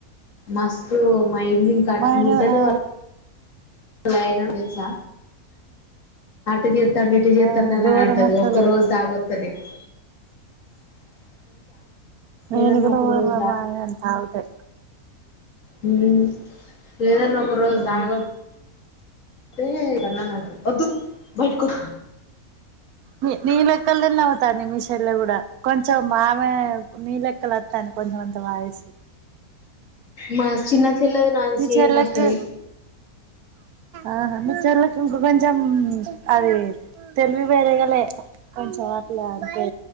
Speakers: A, on the left; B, on the right.
A: మస్తు మా ఇల్ ఇక అట్లుంటే
B: మా ఆయన ఆ
A: వా అలా తెసా ఇ చేస్తాను ఇటు చేస్తానుని
B: ఆ ఘోరం
A: అని అంటది
B: అసలు
A: ఒక్క రోజు తాగ తెలుసా
B: నేను
A: ఏదన్నా
B: కూడా
A: ఒక
B: వార
A: రోజు
B: వారం బాగా తాగుతే
A: హ్మ్ ఏదన్నా ఒక రోజు
B: ఉమ్
A: దావత్ మే కన్నానా వద్దు బయటకు వద్దు
B: మీ నీనా కుక్కల్ తిన్నా అవుతా నిమిషల్లా కూడా కొంచెం ఆమె నీ లెక్కలు వత్తాది కొంచెమంత వాయిస్
A: మాస్ చిన్నగ్ చెల్లది నాది
B: మీ
A: సేమ్
B: చెల్లెకు
A: వత్తది
B: ఆహా మా చెల్లెకు ఇంక కొంచెం అది తెలివి వేరేగాలే కొంచెం అట్లా అంటే